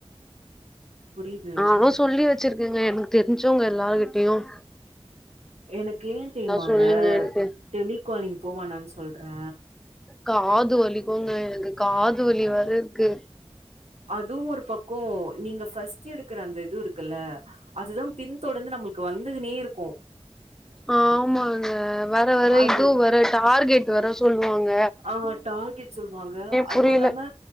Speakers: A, on the right (about 80°); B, in the centre.
A: புரிது
B: நானு சொல்லி வச்சுருக்கேங்க எனக்கு தெரிஞ்சவங்க எல்லார் கிட்டயும்
A: எனக்கு ஏ தெரியுமாங்க
B: சொல்லுங்கன்ட்டு
A: டெலி காலிங் போவேனான்னு சொல்றே
B: காது வலிக்குங்க எனக்கு காது வலி வேற இருக்கு
A: அதுவு ஒர் பக்கோ நீங்க ஃபர்ஸ்ட் எடுக்குற அந்த இது இருக்குல்ல அதுதா பின் தொடர்ந்து நம்புளுக்கு வந்துக்குனே இருக்கோ
B: ஆமாங்க வர வர
A: அது
B: இதுவு வர டார்கெட் வர சொல்வாங்க
A: ஆ டார்கெட் சொல்வாங்க அதுவு
B: புரியல
A: இல்லாம